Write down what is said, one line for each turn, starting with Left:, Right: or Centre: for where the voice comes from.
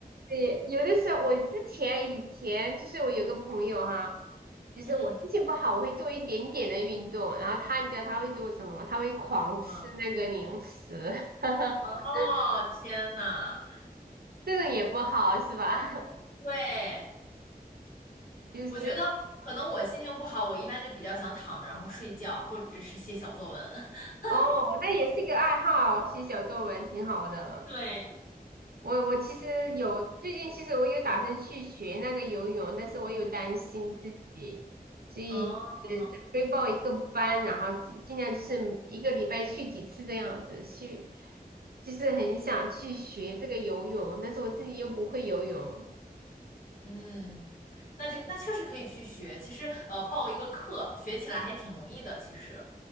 Right: 对，有的时候我之前以前就是我有个朋友哈，就是我心情不好，
Left: 嗯，
Right: 我会做一点点的运动，然后他你知道他会做什么？他会狂吃那个零食，
Left: 什么？
Right: <laughs>
Left: 哦，天呐，
Right: 这种也不好是吧？
Left: 对。
Right: <laughs> 就是。
Left: 我觉得可能我心情不好，我一般就比较想躺着，然后睡觉，或者是写小作文。<laughs>
Right: 哦，那也是一个爱好，写小作文挺好的。
Left: 对，
Right: 我我其实有最近，其实我有打算去学那个游泳，但是我有担心自己，所以呃准备报一个班，
Left: 哦，
Right: 然后尽尽量就是一个礼拜去几次这样子去，就是很想去学这个游泳，但是我自己又不会游泳。
Left: 嗯，那就那确实可以去学。其实，呃，报一个课学起来还挺容易的。其实